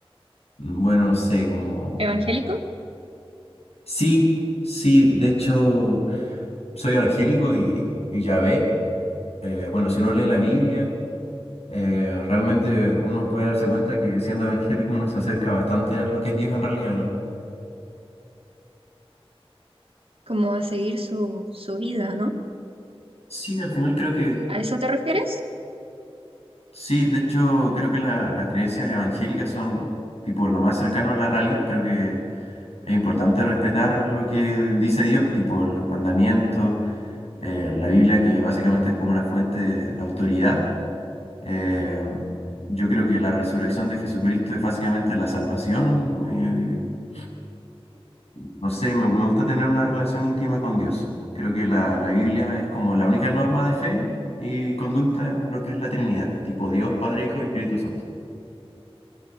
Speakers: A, on the left (about 90°); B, on the right (about 65°).
A: mm, bueno, no sé, como,
B: ¿Evangélico?
A: sí, sí, de hecho, soy evangélico y, y ya ve, eh, bueno, si uno lee la Biblia, eh, realmente uno puede darse cuenta que siendo evangélico uno se acerca bastante a lo que es Dios en realidad, ¿no?
B: Como a seguir su, su vida, ¿no?
A: Sí, al final creo que,
B: ¿A eso te refieres?
A: sí, de hecho, creo que la- las creencias evangélicas son tipo lo más cercano a la realidad, creo que Es importante respetar lo que dice Dios, tipo los mandamientos, eh, la Biblia que básicamente es como una fuente de, de autoridad. Eh, yo creo que la resurrección de Jesucristo es básicamente la salvación. eh, no sé, me, me gusta tener una relación íntima con Dios. Creo que la, la Biblia es como la única norma de fe y conducta en lo que es la Trinidad, tipo Dios, Padre, Hijo y Espíritu Santo.